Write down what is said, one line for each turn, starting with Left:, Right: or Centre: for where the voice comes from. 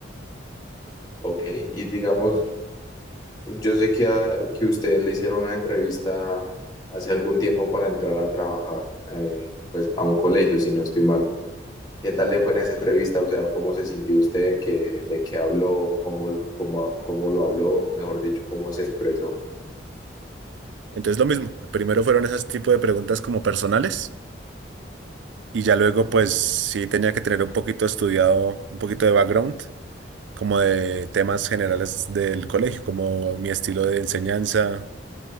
Left: Ok, y digamos, yo sé que, a- que ustedes le hicieron una entrevista hace algún tiempo para entrar a trabajar, eh, pues a un colegio, si no estoy mal. ¿Qué tal le fue en esa entrevista? O sea, ¿cómo se sintió usted? ¿Qué, de qué habló? ¿Cómo, lo- cómo, cómo lo habló? Mejor dicho, ¿cómo se expresó?
Right: Entonces lo mismo, primero fueron esas tipo de preguntas como personales. Y ya luego, pues sí tenía que tener un poquito estudiado, un poquito de background, como de temas generales del colegio, como mi estilo de enseñanza,